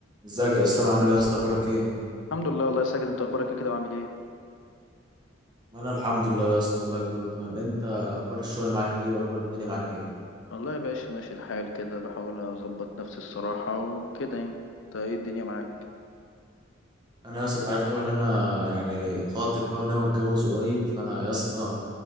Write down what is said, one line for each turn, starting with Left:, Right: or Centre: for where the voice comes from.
Right: ازيك يا اسلام عامل ايه يا اسطى اخبارك ايه
Left: الحمد لله والله يا ساجد انت اخبارك إيه كده وعامل ايه
Right: انا الحمد لله يا اسطى والله كله تمام انت اخبار الشغل معاك ايه واخبار الدنيا معاك ايه
Left: والله يا باشا ماشي الحال كده بحاول اظبط نفسي الصراحه وكده يعني انت ايه الدنيا معاك
Right: انا يا اسطى انت عارف طبعا ان انا يعني خاطب بقى وناوي اتجوز قريب فانا يا اسطى